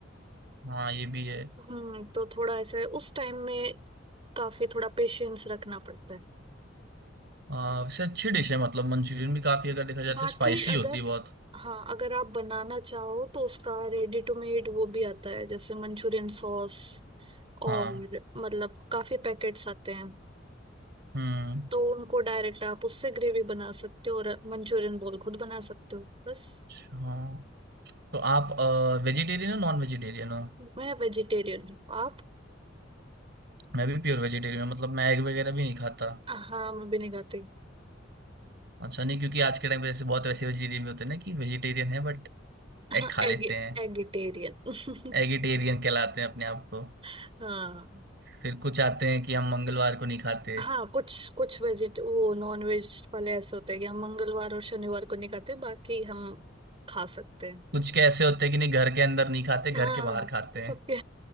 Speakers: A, on the right; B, on the right.
A: हाँ ये भी है
B: हम्म तो थोड़ा ऐसे उस टाइम में काफी थोड़ा पेशेंस रखना पड़ता है
A: आ, वैसे अच्छी डिश है मतलब मंचूरियन भी काफी अगर देखा जाए
B: बाकी
A: तो स्पाइसी
B: अगर
A: होती है बहुत
B: हाँ अगर आप बनाना चाहो तो उसका रेडी टू मेड वो भी आता है जैसे मंचूरियन सॉस
A: हाँ
B: और मतलब काफी पैकेट्स आते हैं
A: हम्म
B: तो उनको डायरेक्ट आप उससे ग्रेवी बना सकते हो और मंचूरियन बॉल खुद बना सकते हो बस
A: हाँ तो आप वेजिटेरियन हो नॉन वेजिटेरियन हो
B: मैं वेजिटेरियन हूँ आप
A: मैं भी प्योर वेजिटेरियन हूँ मतलब मैं एग वगैरह भी नहीं खाता
B: हाँ मैं भी नहीं खाती
A: अच्छा नहीं क्योंकि आज के टाइम पे ऐसे बहुत वैसे वेजिटेरियन भी होते हैं ना कि वेजिटेरियन है बट
B: हाँ
A: एग खा
B: एग
A: लेते हैं
B: एगिटेरियन
A: एगिटेरियन कहलाते हैं अपने आप को
B: <laughs> हाँ
A: फिर कुछ आते हैं कि हम मंगलवार को नहीं खाते
B: हाँ कुछ कुछ वेजिट वो नॉन वेज वाले ऐसे होते हैं कि हम मंगलवार और शनिवार को नहीं खाते बाकी हम खा सकते हैं
A: कुछ के ऐसे होते हैं कि नहीं घर के अंदर नहीं खाते घर
B: हाँ
A: के बाहर खाते
B: तो सबके
A: हैं